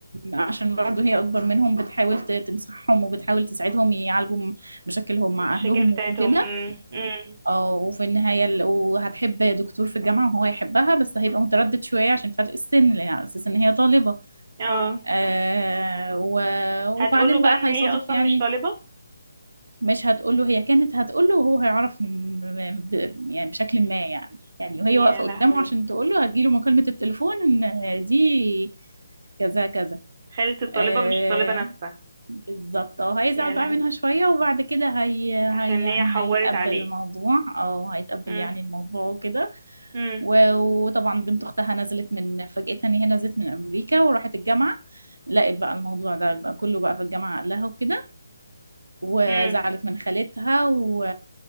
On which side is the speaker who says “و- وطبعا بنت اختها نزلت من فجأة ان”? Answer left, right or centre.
Right